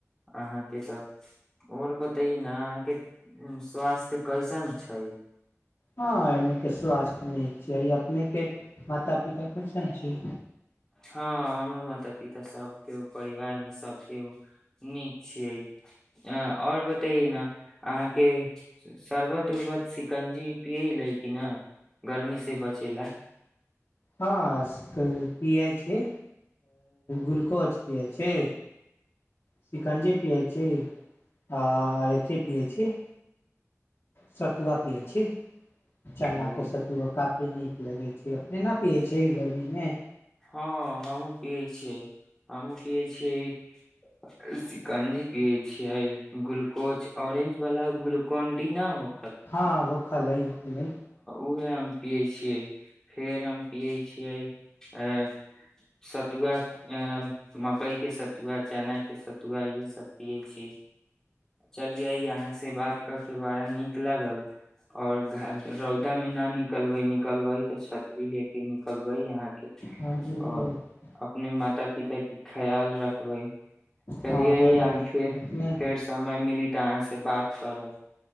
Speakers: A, in the centre; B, on the left.
A: अहाँके तऽ आओर बतै ने अहाँके स्वास्थ्य कैसन छै
B: हँ एने के स्वास्थ्य नीक छै अपने के माता पिता कैसन छै
A: हँ हमर माता पिता सबके परिवारमे सभके नीक छियै अ आओर बतैए ने अहाँके शरबत उर्बत शिकंजी पियले कि न गर्मीसँ बचे ला
B: हँ पियै छी ग्लुकोज पियै छै शिकंजे पिआै छै आ एत पियै छी स तू आियै छी चनाके
A: ओ
B: सत्तुआ काफी नीक लगैत छै न न पियै छै ई गरमीमे
A: हँ हमूँ पियै छियै हमूँ पियै छियै शिकंजी पियै छियै ग्लूकोज ऑरेंज वालला ग्लूकोन डी नहि हो
B: हँ व खल हइ ओखलइ
A: उएहे पियै छियै फेर हम पियै छियै अ सतुआ अ मकई के सतुआ चना के सतुआ इहे सब पियै छी चलियै यहाँ से बात क के बड़ा नीक लागल ओर घ रौदा मे न निकलबै निकलबै तऽ छतरी ले के निकलबै यहाँके आओर
B: हम जरूर
A: अपने माता पिता के खयाल रखबै चलियै
B: हँ जरूर
A: अहाँ
B: रखबै
A: फेर
B: अपने
A: फेर समय मिली तऽ अहाँ से बात करब